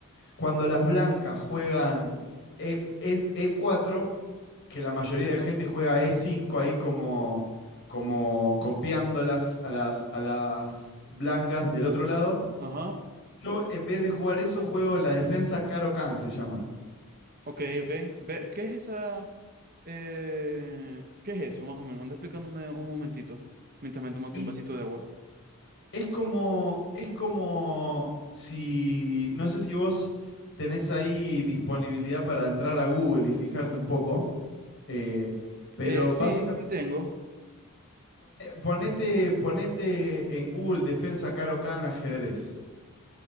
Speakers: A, on the left; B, on the right.
A: cuando las blancas juegan E, es E4, que la mayoría de gente juega e cinco ahí como, como copiándolas a las, a las blancas del otro lado.
B: Ajá.
A: Yo, en vez de jugar eso, juego la defensa Caro Can, se llama.
B: Ok, ok. Ve- ¿qué es esa? eh, ¿qué es eso, más o menos? Anda explicándome un momentito, mientras me tomo aquí
A: Y
B: un vasito de agua.
A: es como, es como si, no sé si vos tenés ahí disponibilidad para entrar a Google y fijarte un poco, eh, pero
B: Eh, sí,
A: básicamente,
B: sí tengo.
A: ponete, ponete en Google defensa Caro Can ajedrez.